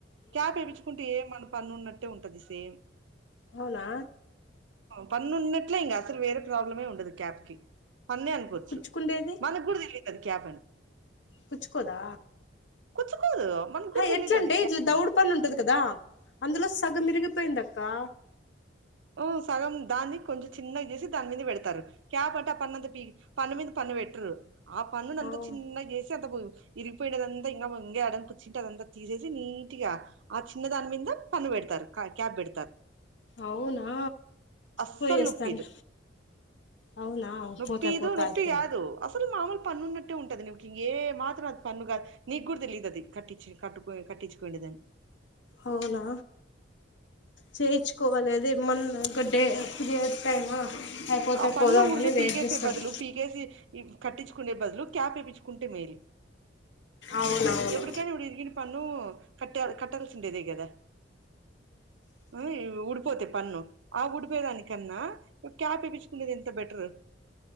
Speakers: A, on the right (about 75°); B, on the left (about 70°).
A: క్యాప్ ఇపించుకుంటే ఏ మన పన్ను ఉన్నట్టే ఉంటంది సేమ్
B: అవునా
A: పన్నన్నట్లా ఇం అసలు వే ప్రాబ్లమే ఉండదు క్యాప్కి పన్నే అనుకోవచ్చు
B: కుచ్చుకుండేది
A: మనకి కూడా తెలి అది క్యాపను
B: కుచ్చుకోదా
A: కుచ్చుకోదు మనకు కూడా తెలియదు
B: ఎట్లంటే
A: అది క్యాబ్
B: ఇట్లా దౌడ
A: అని
B: పన్ను ఉంటది కదా అందులో సగం ఇరిగిపోయిందిక్క అక్కా
A: ఓ సగం దాన్ని కొంచెం చిన్నగా చేసి దాని మీద పెడతారు క్యాపట పన్నుంత ప పన్ను మీద పన్ను పెట్టరు ఆ పన్నును ఎంత
B: అవు
A: చిన్నగా చేసి అంత పోయి ఇరిగిపోయినదంతా ఇంకా యాడని పుచ్చుింటే అదంతా తీసేసి నీట్ గా ఆ చిన్న దాని మీద పన్ను పెడతారు క్యాప్ పెడతారు.
B: అవునా
A: అస్సలు
B: పోయేస్తాను
A: నొప్పిదు
B: అవునా
A: నొప్పి
B: పోతా
A: ఇ
B: పోతా
A: నొప్పి
B: అయితే
A: కాదు అసలు మామూలు పన్ను ఉన్నట్టే ఉంటది నీకు ఇంక ఏ మాత్రం అది పన్ను కాదు నీకు కూడా తెలిదు అది కట్టి కట్టుకో కట్టించుకోనేదని
B: అవునా చేయించుకోవాలి అదే మొన్న ఒకటే పీరియడ్స్ టైమా అయిపోతే
A: ఆ పన్ను
B: పోదామని
A: ఊరికి
B: వెయిట్
A: పీకేసీ
B: చేస్తాను
A: బదులు పీకేసి కట్టించుకునే బదులు క్యాప్ ఎపించుకో కుంటే మేలు
B: అవునవును
A: ఎప్పటికైనా ఇరిగిన పన్ను క కట్టాల్సి ఉండేదే కదా హు ఉడిపోతే పన్ను ఆ డిపోయేదానిన్నా క్యాప్ కునేది ఎంత బెటర్